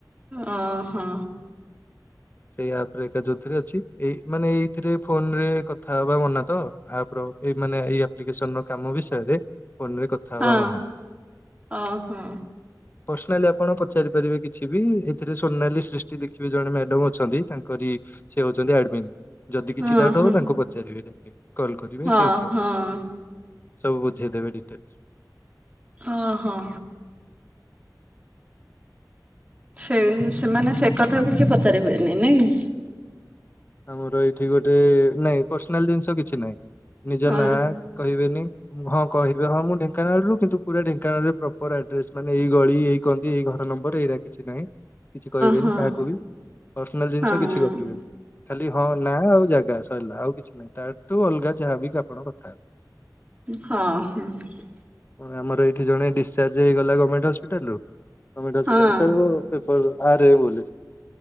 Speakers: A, on the right (about 20°); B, on the left (about 30°).
A: ଓ ହୋ।
B: ସେଇ ଆପ ରେ ଏକା ଯୋଉଥିରେ ଅଛି ଏଇ ମାନେ ଏଇଥିରେ ଫୋନ ରେ କଥା ହବା ମନା ତ ଆପର ଏଇ ମାନେ ଏଇ ଆପ୍ଲିକେସନର କାମ ବିଷୟରେ। ଫୋନ୍ ରେ କଥା ହେବା
A: ହଁ
B: ମନା ।
A: ଓହୋ
B: ପର୍ସନାଲି ଆପଣ ପଚାରି ପାରିବେ? କିଛି ବି ଏଥିରେ ସୋନାଲି ସୃଷ୍ଟି ଦେଖିବେ ଜଣେ ମ୍ୟାଡାମ ଅ ଯଦି ତାଙ୍କରି ସେ ହଉଛନ୍ତି ଆଡମିନ୍। ଯଦି କିଛି
A: ହଁ
B: ଡାଉଟ୍
A: ହଁ
B: ହବ ତାଙ୍କୁ ପଚାରିବେ କିନ କଲ କରିବେ
A: ହଁ
B: ସେ ଉଠେଇବେ
A: ହଁ।
B: ସବୁ ବୁଝେଇ ଦେବେ ଡିଟେଲସ୍।
A: ହଁ ହଁ। ସେଇ ସେମାନେ ସେ କଥା କିଛି ପଚାରିବେନି ନାଇଁ।
B: ଆମର ଏଇଠି ଗୋଟେ ନାଇଁ ପର୍ସନାଲ ଜିନିଷ କିଛି ନାଇଁ। ନିଜ
A: ହଁ
B: ନାଁ କହିବେନି । ହଁ କହିବେ ହଁ ମୁଁ ଢେଙ୍କାନାଳରୁ। କିନ୍ତୁ ପୁରା ଢେଙ୍କାନାଳରେ ପ୍ରପର୍ ଆଡ୍ରେସ୍ ମାନେ ଏଇ ଗଳି ଏଇ କନ୍ଦି ଏଇ ଘ ନମ୍ବର ଏଇରା କିଛି ନାହିଁ । କିଛି କହିବେନି
A: ହଁ ହଁ
B: କାହାକୁ ବି ପର୍ସନାଲ ଜିନିଷ
A: ହଁ।
B: କିଛି ଗପିବେନି। ଖାଲି ହଁ ନାଁ ଆଉ ଜାଗା । ଗା ଶରିଲା ଆଉ କିଛି ନାହିଁ। ତାଠୁ ଅଲଗା ଯାହାବି କି ଆପଣଙ୍କ କଥା ହେବେ ।
A: ହଁ ହୁଁ ।
B: ହଁ ଆମର ଏଇଠି ଜଣେ ଡିସଚାର୍ଜ ହେଇଗଲା ଗମେଣ୍ଟ ହସ୍ପିଟାଲରୁ। ଗମେଣ୍ଟ୍ ହସ୍ପିଟାଲ୍
A: ହଁ
B: ରୁ ସେ <unintelligible> ଆରେ ବୋଲୁଚ ।